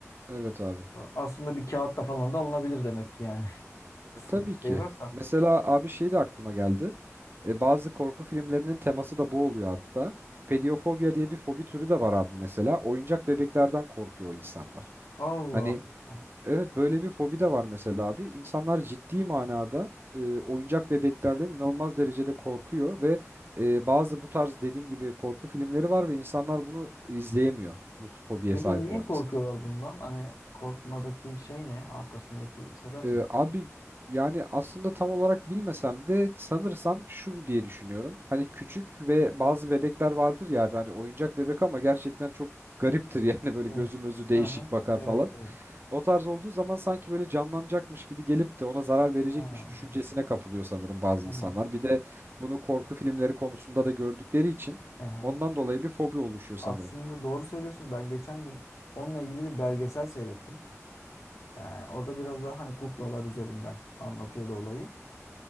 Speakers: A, on the right (about 45°); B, on the left (about 80°).
A: Evet abi.
B: Aslında bir kağıtla falan da alınabilir demek ki yani. <laughs> Isırma
A: E, tabii ki.
B: şey varsa.
A: Mesela abi şey de aklıma geldi. E, bazı korku filmlerinin teması da bu oluyor hatta. Pedofobia diye bir fobi türü de var abi mesela. Oyuncak bebeklerden korkuyor insanlar.
B: Allah
A: Hani
B: Allah.
A: evet böyle bir fobi de var mesela abi. İnsanlar ciddi manada e, oyuncak bebeklerden inanılmaz derecede korkuyor ve e, bazı bu tarz dediğim gibi korku filmleri var ve insanlar bunu izleyemiyor. Bu fobiye
B: Peki
A: sahip
B: niye
A: olan
B: korkuyorlar bundan? Hani korkmadaki şey ne? Arkasındaki sebep
A: Ee,
B: ne?
A: abi yani aslında tam olarak bilmesem de sanırsam şu diye düşünüyorum. Hani küçük ve bazı bebekler vardır ya abi, hani oyuncak bebek ama gerçekten çok gariptir <laughs> yani böyle
B: Evet.
A: gözü mözü değişik
B: Hı hı.
A: bakar
B: Evet,
A: falan.
B: evet.
A: O tarz olduğu zaman sanki böyle canlanacakmış gibi gelip de ona zarar verecekmiş
B: Ha,
A: düşüncesine kapılıyor sanırım bazı
B: tamam.
A: insanlar. Bir de bunu korku filmleri konusunda da gördükleri için
B: Hı hı.
A: ondan dolayı bir fobi oluşuyor sanırım.
B: Aslında doğru söylüyorsun. Ben geçen gün onunla ilgili bir belgesel seyrettim. Ee, orada biraz daha hani kuklalar üzerinden anlatıyordu olayı.